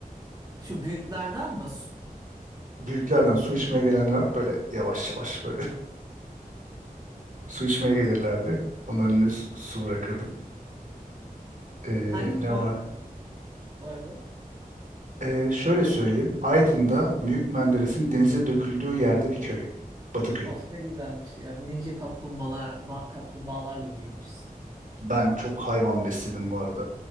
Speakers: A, on the right (about 25°); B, on the right (about 60°).
A: Şu büyüklerden mi? Su-
B: <laughs> Büyüklerden su içmeye
A: Yani
B: gelenler
A: büyük.
B: böyle yavaş yavaş böyle <laughs> su içmeye gelirlerdi. Onların önüne su su bırakırdım. Ee,
A: Hangi
B: ne
A: köy
B: var?
A: bu arada?
B: Ee, şöyle söyleyeyim. Aydın'da Büyük Menderes'in denize döküldüğü yerde bir köy. Batıköy.
A: Of ne güzelmiş ya. Ninja kaplumbağalar, ba- kaplumbağalarla büyümüşsün.
B: Ben çok hayvan besledim bu arada.